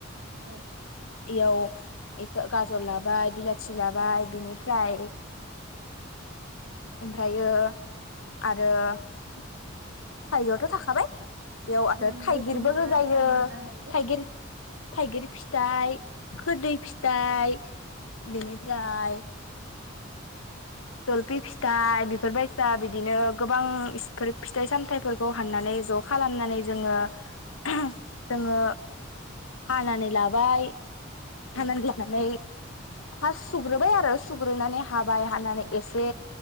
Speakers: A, on the right (about 85°); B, on the left (about 80°).
A: औ औ
B: इयाव इखो गाजर लाबाय बिलाथि लाबाय बेनिफ्राय ओमफ्रायो आरो थाइजौआथ' थाखाबाय। बेयाव आरो
A: जों
B: थाइगिरबो
A: लेबुनिबो
B: होजायो
A: आसार मोननो हायो
B: थाइगिर थाइगिर फिथाइ खोरदै फिथाइ बेनिफ्राय जलफि फिथाइ बेफोरबायसा बिदिनो गोबां इसफोर फिथाइ सामथायाइफोरखौ हाननानै ज' खालामनानै जोङो जोङो हानानै लाबाय।
A: औ
B: हानानै लानानै फास सुग्रोबाय आरो सग्रोनानानै हाबाय हानानै
A: औ
B: एसे